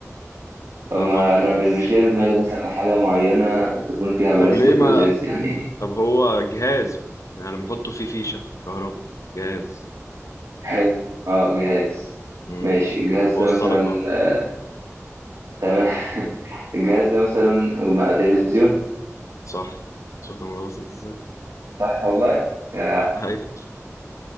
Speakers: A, on the right; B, on the left.
A: طب
B: أنا
A: ما
B: أفكر
A: انا
B: لسه
A: مش مش جاي في دماغي مثلا حاجه معينه تكون فيها بلاستيك
B: طب ليه ما
A: وازاز يعني
B: طب هو جهاز يعني بنحطه فيه فيشة كهرباء جهاز
A: حلو اه جهاز
B: امم
A: ماشي الجهاز
B: أنا بوصلك
A: ده مثلا
B: أهو
A: آه، تمام <laughs> الجهاز ده مثلا مع تلفزيون
B: صح شفت الموضوع بسيط ازاي؟
A: صح والله آه.
B: ايوه